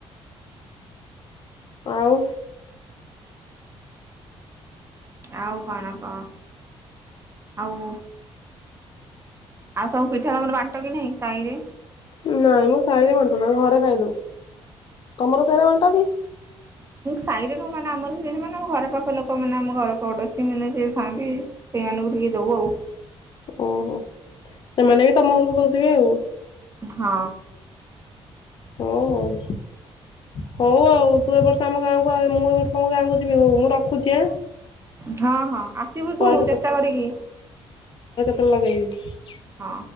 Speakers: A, on the left; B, on the right.
A: ଆଉ
B: ଆଉ କଣ କହ ଆଉ ଆଉ ସବୁ ପିଠା ତମର ବାଣ୍ଟ କି ନାହିଁ ସାହିରେ?
A: ନାଇଁ ମୁଁ ସାହିରେ ବାଣ୍ଟୁ ନା ଘରେ ଖାଇଦଉ ତମର ସାହିରେ ବାଣ୍ଟ କି?
B: ସାହିରେ ମାନେ ଆମର ସେ ମାନେମ ଘର ପାଖ ଲୋକ ମାନେ ଆମ ଘର ପଡୋଶୀ ମାନେ ଯିଏ ଥାନ୍ତି ସେଇମାନଙ୍କୁ ଟିକେ ଦଉ ଆଉ।
A: ଓହୋ ସେମାନେ ବି ତମ ଘରକୁ ଦଉଥିବେ ଆଉ।
B: ହଁ।
A: ହଉ ହଉ ହଉ ଆଉ ତୁ ଏ ବର୍ଷ ଆମ ଗାଁକୁ ମୁଁ ଏର୍ଷ ତମ ଗାଁକୁ ଯିବି ହଉ ମୁଁ ରଖୁଛି ଆଁ
B: ହଁ ହଁ। ଆସିବୁ
A: ପରେ
B: ତୁ ଚେଷ୍ଟା କରିକି।
A: କଲ୍ ଲଗେଇବି।
B: ହଁ।